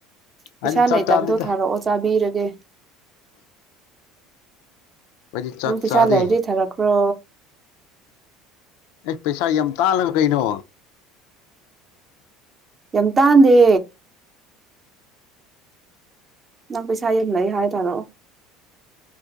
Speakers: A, on the right; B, on the left.
A: ꯄꯩꯁꯥ
B: ꯑꯩꯗꯤ ꯆꯥꯛ
A: ꯂꯩꯇꯕꯗꯣ
B: ꯆꯥꯗꯦꯗ
A: ꯊꯥꯔꯛꯑꯣ ꯆꯥꯕꯤꯔꯒꯦ
B: ꯑꯩꯗꯤ ꯆꯥꯛ
A: ꯅꯪ ꯄꯩꯁꯥ
B: ꯆꯥꯗꯦ
A: ꯂꯩꯔꯗꯤ ꯊꯥꯔꯛꯈ꯭ꯔꯣ
B: ꯑꯦ ꯄꯩꯁꯥ ꯌꯥꯝ ꯇꯥꯜꯂꯒ ꯀꯩꯅꯣ
A: ꯌꯥꯝ ꯇꯥꯟꯗꯦ ꯅꯪ ꯄꯩꯁꯥ ꯌꯥꯝ ꯂꯩ ꯍꯥꯏ ꯇꯥꯔꯛꯑꯣ